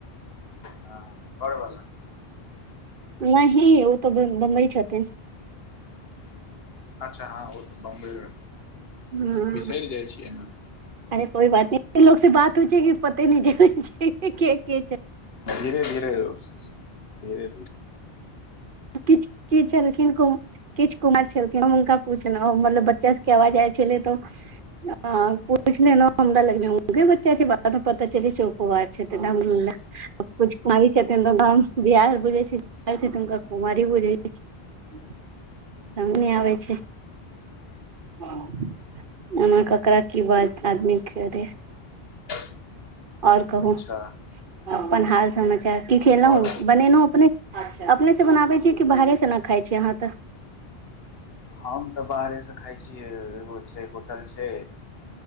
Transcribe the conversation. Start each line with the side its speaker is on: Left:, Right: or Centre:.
Left: हँ घरवलाा।
Right: नहि ही ओ तऽ बम्बई छथि।
Left: अच्छा हँं ओ तऽ बम्बे
Right: हँ
Left: बिसरि जाइ छियै ने।
Right: अरे कोइ बात नहि लोग से बात होइ छै। कि पते नहि छै।
Left: धीे धीरे-धीरे-धीरे
Right: किु किी छलखिन। को किछु कुमार छलखिन। हुनका पूछलहु। मतलब बच्चा सबके आवाज आयल छलै। तऽ ह पूछ लेलं हमरा लग े बच्चा छै। बादमे पता चल छैक। बार छथिन अद कुछु की छथिन। तऽ बिहार बुझै छैुनक। कुमार बुझ सम नहि आबै छै। हम ककरा की बात आदमी करे।
Left: <inaudible>
Right: आओर कहु
Left: अच्छा
Right: अपन हाल समाचार की खेलहुँ
Left: आओर
Right: बनेलहुं। अपने अपने से बनाबे छीियै। बाहे से ना खाइ छी। अहाँ तऽ
Left: हम तऽ बाहरेसँ खाइ छियै। एगो छै। होटल छै।